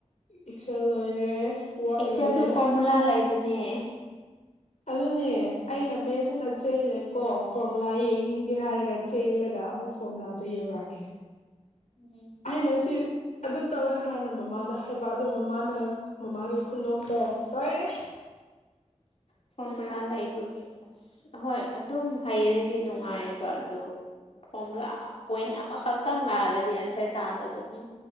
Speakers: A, on the left; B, on the left.
A: ꯏꯛꯁꯟ ꯂꯣꯏꯔꯦ ꯋꯥꯔꯗ
B: ꯑꯦꯛꯁꯦꯜꯗꯨ
A: ꯂꯣꯏꯔꯦ
B: ꯐꯣꯔꯃꯨꯂꯥ ꯂꯩꯕꯅꯦ
A: ꯑꯗꯨꯅꯦ ꯑꯩꯅ ꯕꯦꯁꯇ
B: ꯈꯔ
A: ꯆꯦꯜꯂꯦ ꯀꯣ ꯐꯣꯔꯃꯨꯂꯥ ꯌꯦꯡꯅꯤꯡꯗꯦ ꯍꯥꯏꯔꯒ ꯆꯦꯜꯂꯒ ꯑꯃꯨꯛ ꯐꯣꯔꯃꯨꯂꯥꯗ ꯌꯧꯔꯛꯑꯦ
B: ꯎꯝ
A: ꯑꯩꯅ ꯁꯤ ꯑꯗꯨ ꯇꯧꯋꯦ ꯍꯥꯏꯔꯅ ꯃꯃꯥꯗ ꯍꯥꯏꯕ ꯑꯗꯣ ꯃꯃꯥꯅ ꯃꯃꯥꯒꯤ ꯈꯨꯟꯅꯣꯛꯇꯧ ꯇꯧꯏꯔꯦ
B: ꯐꯣꯔꯃꯨꯂꯥ ꯂꯩꯕꯒꯦ ꯍꯣꯏ ꯑꯗꯨꯝ ꯍꯩꯔꯗꯤ ꯅꯨꯡꯉꯥꯏꯑꯕ ꯑꯗꯣ ꯐꯣꯔꯃꯨꯂꯥ ꯄꯣꯏꯟ ꯑꯃꯈꯛꯇꯪ ꯂꯥꯛꯔꯗꯤ ꯑꯟꯁꯔ ꯇꯥꯗꯕꯅꯦ